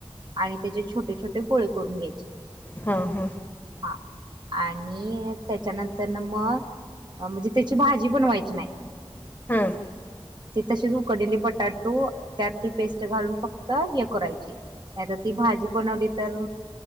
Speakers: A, on the right; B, on the left.
A: आणि त्याचे छोटे छोटे गोळे करून घ्यायचे.
B: हां हां,
A: हा, आणि त्याच्यानंतर ना मग. म्हणजे त्याची भाजी बनवायची नाही.
B: ह्मम,
A: ते तसेच उकडलेले बटाटु, त्यात ती पेस्ट घालून फक्त, हे करायची. नाहीतर ती भाजी बनवली तर.